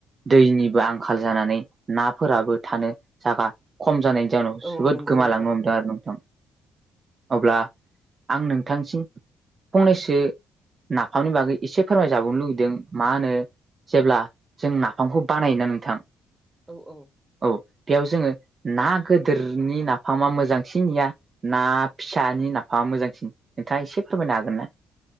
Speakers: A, on the right; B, on the right.
A: दैनिबो आंखाल जानानै नाफोराबो थानो जागा खम जानाय जनाव
B: औ
A: जोबोद
B: औ नंगौ
A: गोमालांनो
B: नोंथां
A: हमदों आरो नोंथां अब्ला आं नोंथांसिम फंनैसो नाफामनि बागै एसे फोरमाय जाबावनो लुुबैदों मा होनो जेब्ला जों नाफामखौ बानायोना नोंथां
B: औ औ
A: औ बेयाव जोंङो ना गोदोरनि नाफामा मोजांसिन या ना फिसानि नाफाङा मोजांसिन नोंथाङा एसे फोरमायनो हागोन ना?